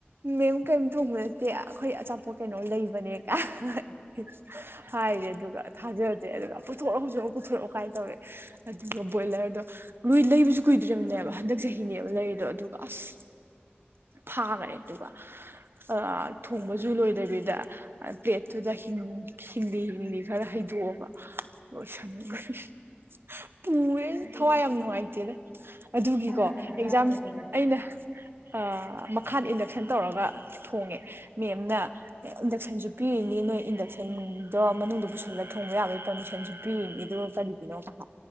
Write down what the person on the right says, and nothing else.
ꯃꯦꯝ ꯀꯔꯤꯝ ꯊꫭꯡꯕ ꯅꯠꯇꯦ ꯑꯩꯈꯣꯏ ꯑꯆꯥꯄꯣꯠ ꯀꯩꯅꯣ ꯂꯩꯕꯅꯦ ꯀꯥꯏ <unintelligible> ꯍꯥꯏꯔꯦ ꯑꯗꯨꯒ ꯊꯥꯖꯗ꯭ꯔꯦ ꯑꯗꯨꯒ ꯄꯨꯊꯣꯛꯑꯣ ꯍꯧꯖꯤꯛ ꯑꯃꯨꯛ ꯄꯨꯊꯣꯔꯛꯑꯣ ꯀꯥꯏꯅ ꯇꯧꯔꯛꯑꯦ ꯑꯗꯨꯒ ꯕꯣꯏꯂꯔꯗꯣ ꯂꯣꯏ ꯂꯩꯕꯁꯨ ꯀꯨꯏꯗ꯭ꯔꯤꯕꯅꯦꯕ ꯍꯟꯗꯛ ꯆꯍꯤꯅꯦꯕ ꯂꯩꯔꯤꯗꯣ ꯑꯗꯨꯒ ꯑꯁ ꯐꯥꯈꯔꯦ ꯑꯗꯨꯒ ꯑꯥ ꯊꯣꯡꯕꯁꯨ ꯂꯣꯏꯗꯕꯤꯗ ꯄ꯭ꯂꯦꯠꯇꯨꯗ ꯍꯤꯡꯂꯤ ꯍꯤꯡꯂꯤ ꯈꯔ ꯍꯩꯗꯣꯛꯑꯕ ꯂꫭꯏꯁꯤꯟꯈꯔꯦ ꯄꯨꯏꯌꯦ
ꯊꯋꯥꯏ ꯌꯥꯝ ꯅꯨꯡꯉꯥꯏꯇꯦꯗ ꯑꯗꯨꯒꯤꯀꯣ
ꯑꯦꯛꯖꯥꯝ
ꯑꯩꯅ ꯑꯥ ꯃꯈꯥꯗ ꯏꯟꯗꯛꯁꯟ ꯇꯧꯔꯒ ꯊꯣꯡꯉꯦ ꯃꯦꯝꯅ ꯏꯟꯗꯛꯁꯟꯁꯨ ꯄꯤꯔꯤꯅꯤ ꯅꯣꯏ ꯏꯟꯗꯛꯁꯟꯗꯣ ꯃꯅꯨꯡꯗ ꯄꯨꯁꯤꯜꯂꯒ ꯊꯣꯡꯕ ꯌꯥꯕꯒꯤ ꯄꯥꯔꯃꯤꯁꯟꯁꯨ ꯄꯤꯔꯤꯅꯤ ꯑꯗꯨꯒ ꯀꯔꯤꯒꯤꯅꯣꯒ ꯍꯥꯏ